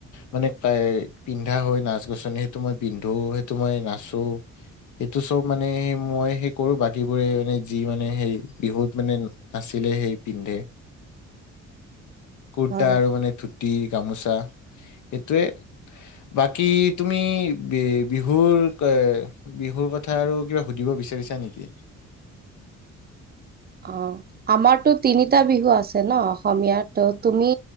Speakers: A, on the left; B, on the right.
A: মানে এ পিন্ধা হয় নাচ-গছনি সেইটো মই পিন্ধো, সেইটো মই নাচো, সেইটো চব মানে সেই মই সেই কৰো বাকীবোৰে মানে যি মানে সেই বিহুত মানে নাছিলে সেই পিন্ধে। কুৰ্তা
B: হয়
A: আৰু মানে ধুতি গামোচা সেইটোৱে, বাক কি তুমি বি, বিহুৰ, কে, বিহুৰ কথা আৰু কিবা সুধিব বিচাৰিছা নেকি?
B: অ', আমাৰতো তিনিটা বিহু আছে ন, অসমীয়াত তুমি